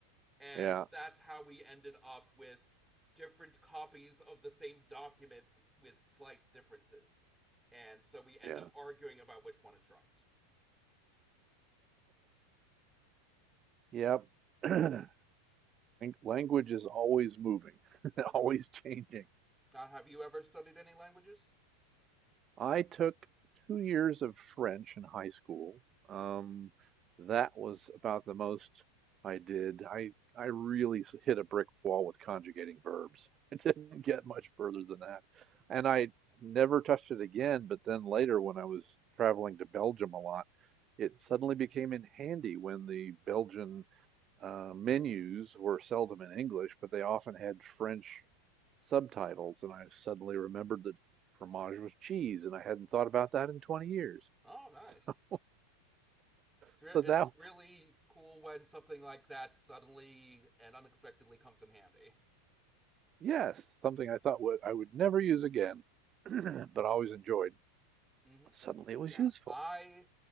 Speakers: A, in the centre; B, on the right (about 30°).
A: And
B: Yeah,
A: that's how we ended up with different copies of the same document with slight differences. And so we end
B: yeah,
A: up arguing about which one is right.
B: yep. <clears throat> Lang- Language is always moving, <laughs>
A: Yep.
B: always changing.
A: Uh, have you ever studied any languages?
B: I took two years of French in high school. Um, that was about the most I did. I I really s- hit a brick wall with conjugating verbs. <laughs> I didn't get
A: Mhm.
B: much further than that, and I never touched it again. But then later, when I was traveling to Belgium a lot, it suddenly became in handy when the Belgian Uh, menus were seldom in English, but they often had French subtitles. And I suddenly remembered that fromage was cheese, and I hadn't thought about that in 20 years. <laughs>
A: Oh, nice. It's, re-
B: So so
A: it's
B: that,
A: really cool when something like that suddenly and unexpectedly comes in handy.
B: yes, something I thought would I would never use again, <clears throat> but always enjoyed.
A: Mm-hmm.
B: Suddenly it was
A: Yeah,
B: useful.
A: I